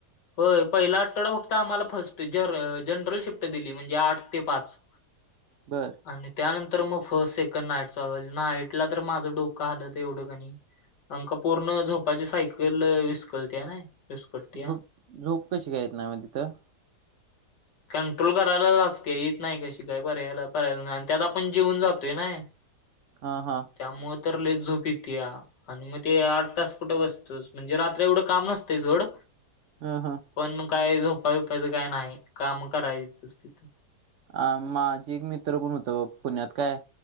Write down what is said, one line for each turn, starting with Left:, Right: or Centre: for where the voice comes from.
Left: होय पहिला आठवडा फक्त आम्हाला फर्स्ट ज जनरल शिफ्ट दिली म्हणजे आठ ते पाच.
Right: बर.
Left: आणि त्यानंतर मग फर्स्ट, सेकंड, नाईट चालु झाली नाईटला तर माझं डोकं हलतं एवढं कणय. अंका पूर्ण झोपाची सायकल विस्कळत्या नाय विस्कटत्या.
Right: झोप झोप कशी काय येत नाय मग तिथं?
Left: कंट्रोल करायला लागते इेत नाही कशी काय पर्यायला परयला नाही आणि त्यात आपण जीवुन जातोय नाय.
Right: हा हा.
Left: त्यामुळ तर लयच झोप येतीया. आणि मग ते आठ तास कुठ बसतोस म्हणजे रात्री एवढ काम नसतय सोड.
Right: हा हा.
Left: पण काय झोपाय बिपायचं काय नाही काम करायचंच तिथं.
Right: अ माझी एक मित्र पण होतं बग पुण्यात काय